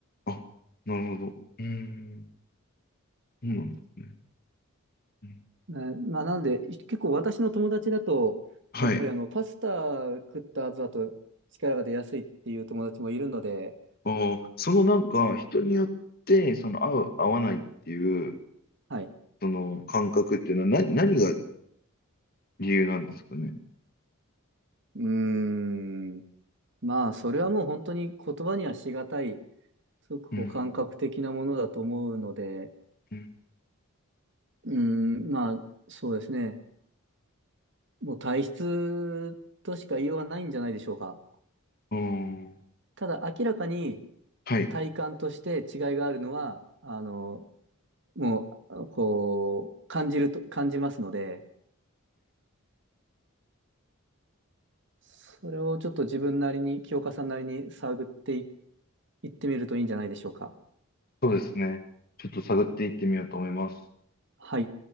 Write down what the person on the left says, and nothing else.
あ、なるほど。うん。そうなんですね。うん。
はい。
ああ、そのなんか、人によって、その、合う、合わないっていう、
その感覚っていうのは、な、何が理由なんですかね。
うん。うん。
あ
あ、はい。
そうですね。ちょっと探っていってみようと思います。